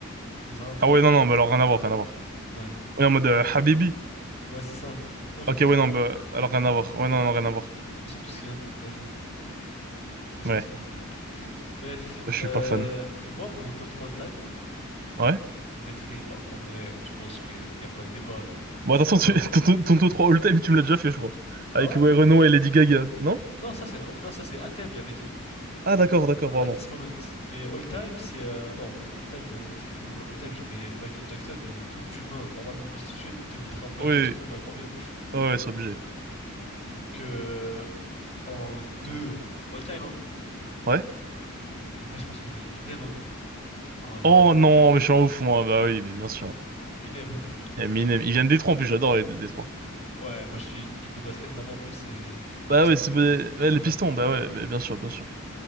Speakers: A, on the left; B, on the right.
A: les Arabes.
B: Ah ouais, non, non, bah alors rien à voir, rien à voir.
A: Ouais,
B: Ouais, en mode euh, Habibi.
A: ouais, c'est ça. Moi, j'aime
B: Ok,
A: pas
B: ouais,
A: trop,
B: non, bah
A: hein.
B: alors rien à voir. Ouais, non, non, rien à voir.
A: De toute façon, tout ce qui vient... de Vas-y, de toute façon,
B: Ouais,
A: c'est... Bref,
B: je suis
A: euh...
B: pas fan.
A: et moi, mon top 3 all-time,
B: Ouais.
A: Je mettrais, bah, en vrai, je pense qu'il n'y a pas de débat, tout
B: Bon, attention,
A: humain.
B: tu, <laughs> ton, ton, ton top 3 all-time, tu me l'as déjà fait, je crois.
A: Ah
B: Avec
A: ouais?
B: ouais, Renaud et Lady Gaga, non?
A: Non, ça c'est non, ça c'est à thème j'avais dit.
B: Ah d'accord, d'accord,
A: At
B: pardon.
A: this moment. Mais all time, c'est euh, non, all time, euh, t'es fou. All time, je mets Michael Jackson et tout humain normalement constitué te mettra Michael
B: Oui,
A: Jackson en premier.
B: oui, ouais, c'est obligé.
A: Donc euh, en deux, all time, hein.
B: Ouais.
A: En vrai, je pense que je mets Eminem, hein. En vrai de
B: Oh
A: vrai.
B: non, mais je suis un ouf, moi. Bah oui, mais bien sûr.
A: Eminem, frère.
B: Eminem,
A: Et
B: il vient de Détroit en plus, j'adore les Détroit.
A: ouais, moi je suis une équipe de basket là-bas en plus, c'est des
B: Bah
A: pistons.
B: ouais, c'est ouais,
A: Incroyable.
B: les Pistons, bah ouais, bah bien sûr, bien sûr.